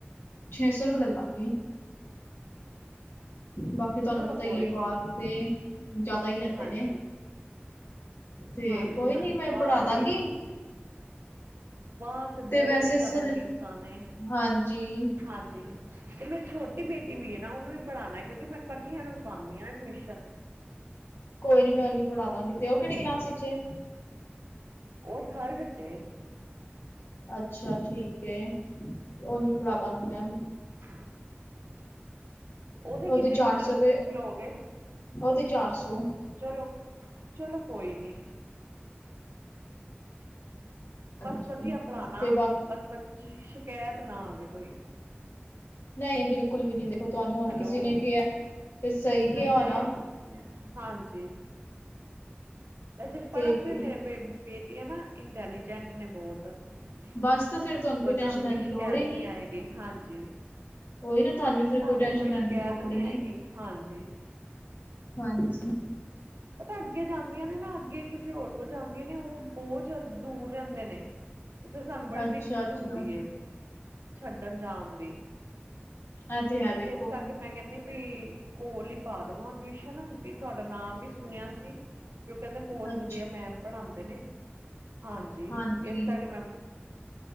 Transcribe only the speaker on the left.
ਛੇ ਸੌ ਰੁਪਏ ਲੈ ਲਾਂਗੀ ਬਾਕੀ ਤੁਹਾਨੂੰ
ਪਤਾ
ਹੀ ਏ ਬਾਰ
ਤੇ ਜਿਆਦਾ ਈ ਲੈਂਦੇ
ਨੇ। ਤੇ
ਕੋਈ
ਨੀ ਮੈਂ
ਪੜ੍ਹਾ ਦਾਂਗੀ।
ਵੈਸੇ
ਸਿਲ
ਹਾਂਜੀ
ਕੋਈ ਨੀ ਮੈਂ ਉਹਨੂੰ ਵੀ ਪੜਾ ਦਾ ਗੀ ਤੇ ਉਹ ਕਿਹੜੀ ਕਲਾਸ ਚ ਏ।
ਅੱਛਾ ਠੀਕ ਹੈ ਓਨੂੰ ਵੀ ਪਢਾ ਦਾਂਗੀ ਮੈਂ
ਉਹਦੀ
ਚਾਰ
ਸੌ ਰੁਪਏ
ਉਹਦੀ ਚਾਰ ਸੌ
ਹਾਂਜੀ
ਤੇ ਬਾਕੀ
ਨਹੀ ਬਿਲਕੁਲ ਵੀ ਨੀ ਦੇਖੋ ਤੂਹਾਨੂ ਹੁਨ
ਕਿਸੇ ਨੇ ਕਿਆ ਤੇ ਸਈ ਕਿਆ
ਹੋਨਾ।
ਤੇ
ਕੀ-
ਬਸ ਤਾਂ ਫਿਰ ਤੁਹਾਨੂੰ ਕੋਈ ਟੈਨਸ਼ਨ
ਲੈਣ
ਦੀ ਲੋੜ ਹੀ
ਉਹੀ ਨਾ ਤੁਹਾਨੂੰ ਫਿਰ
ਟੈਨਸ਼ਨ
ਲੈਣ ਦੀ ਲੋੜ
ਹੀ
ਹਾਂਜੀ।
ਅੱਛਾ
ਅੱਛਾ
ਐ ਤੇ ਹੈ ਦੇਖੋ
ਅੱਛਾ
ਹਾਂਜੀ